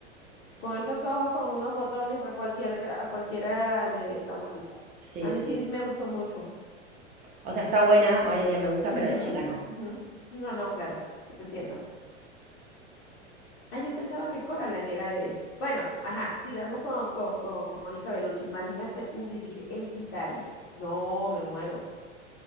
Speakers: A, on the left; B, on the right.
A: Con esos ojos, con unos botones, a cualquiera, a cualquiera le traumatiza.
B: Sí,
A: A
B: sí.
A: mí sí me gustó mucho.
B: O sea, está buena, hoy en día me gusta,
A: Ujú,
B: pero de chica no.
A: ujú. No, no, claro, entiendo. Ah, yo pensaba que Coraline era de él. Bueno, ajá, sigamos con, con, con Mónica Bellucci. Imagínate tú vivir en Italia. No, me muero.